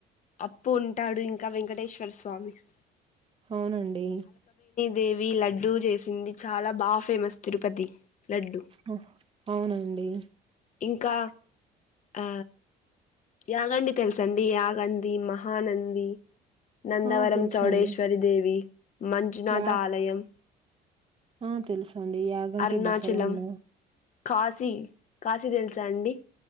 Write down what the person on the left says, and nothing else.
అప్పు ఉంటాడు. ఇంకా వెంకటేశ్వర స్వామి స్వామి
దేవి లడ్డూ చేసింది. చాలా బా ఫేమస్ తిరుపతి లడ్డు
ఇంకా... ఆ యాగండి తెలుసండి యాగంది మహానంది. నందవరం
చౌడేశ్వరి దేవి, మంజునాథ
ఆలయం,
అరుణాచలం
కాశీ కాశీ తెలుసా అండి..